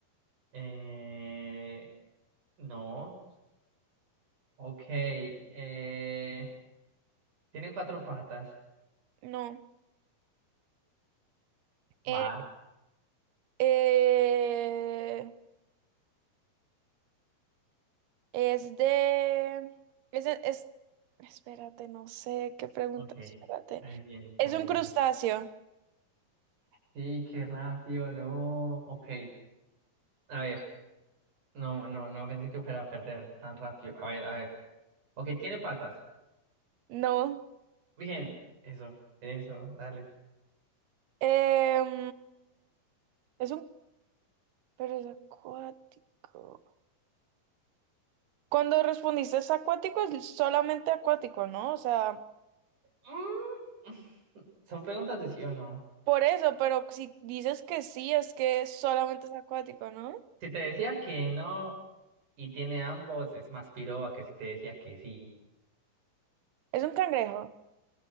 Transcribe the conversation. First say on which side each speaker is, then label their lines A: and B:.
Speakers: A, on the right (about 50°); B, on the right (about 80°).
A: Eh, no. Ok. Eh, tiene cuatro patas.
B: No. Eh,
A: Va.
B: eh, es de... Es, de- es- Espérate, no sé qué pregunta.
A: Ok.
B: Espérate.
A: Ay, bien,
B: ¿Es
A: dale,
B: un
A: dale.
B: crustáceo?
A: Sí, qué rápido, no. Ok, a ver, no, no, no pensé que fuera a perder tan rápido. A ver, a ver. Ok, tiene patas.
B: No.
A: Bien, eso, eso, dale.
B: Em, es un... Pero es acuático. Cuando respondiste es acuático, es solamente acuático, ¿no? O sea,
A: Mm, Son preguntas de sí o no.
B: por eso, pero si dices que sí, es que solamente es acuático, ¿no?
A: Si te decía que no y tiene ambos, es más piroba que si te decía que sí.
B: ¿Es un cangrejo?